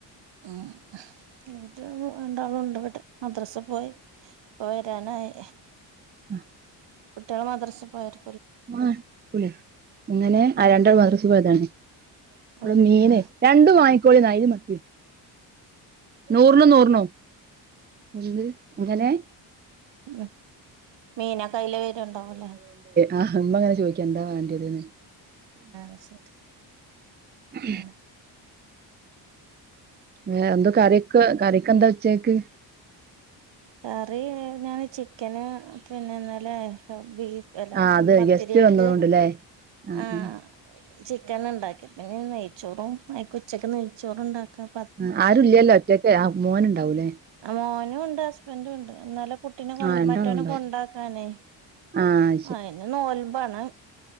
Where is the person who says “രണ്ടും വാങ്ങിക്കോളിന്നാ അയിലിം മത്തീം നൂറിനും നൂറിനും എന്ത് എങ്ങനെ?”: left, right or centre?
Right